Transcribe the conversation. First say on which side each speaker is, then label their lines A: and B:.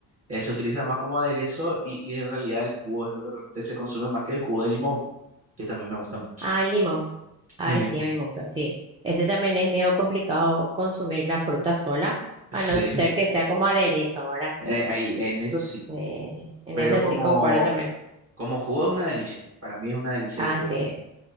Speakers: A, on the right; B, on the right.
A: eh, se utiliza más como aderezo y, y en realidad el jugo es lo que realmente se consume más que el jugo de limón, que también me gusta mucho.
B: Ah, el limón. Ay,
A: El limón.
B: sí, a mí me gusta, sí. Ese también es medio complicado consumir la fruta sola,
A: <laughs>
B: a no
A: Sí.
B: ser que sea como aderezo, ¿verdad?
A: Eh, ahí, en eso sí,
B: Eh, en
A: pero
B: ese
A: como,
B: sí concuerdo también.
A: como jugo es una delicia. Para mí es una delicia
B: Ah,
A: el jugo.
B: sí,
A: del mismo.